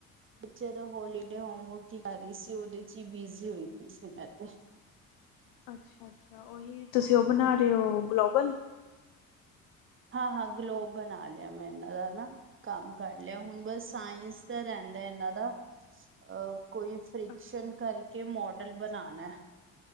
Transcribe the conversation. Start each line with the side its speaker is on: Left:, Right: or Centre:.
Right: ਬੱਚਿਆਂ ਦਾ ਹੋਲੀਡੇ ਹੋਮਵਰਕ ਹੀ ਕਰ ਰਹੀ ਸੀ ਉਹਦੇ ਚ ਹੀ ਬਿਜ਼ੀ ਹੋਈ ਪਈ ਸੀ ਮੈਂ ਤੇ।
Left: ਅੱਛਾ-ਅੱਛਾ ਓਹੀ ਤੁਸੀ ਉਹ ਬਣਾ
Right: ਹਾਂ
Left: ਰਹੇ ਹੋ ਗਲੋਬਲ।
Right: ਹਾਂ-ਹਾਂ ਗਲੋਬ ਬਣਾ ਲਿਆ ਮੈਂ ਇਹਨਾ ਦਾ ਨਾ ਕੰਮ ਕਰ ਲਿਆ ਹੁਣ
Left: ਅੱਛਾ
Right: ਬਸ
Left: ਅੱਛਾ
Right: ਸਾਇੰਸ ਰਹਿੰਦਾ ਇਹਨਾ ਦਾ ਅਹ ਕੋਈ ਫਰਿਕਸ਼ਨ
Left: ਅੱਛਾ
Right: ਕਰ ਕੇ ਮੋਡਲ ਬਣਾਣਾ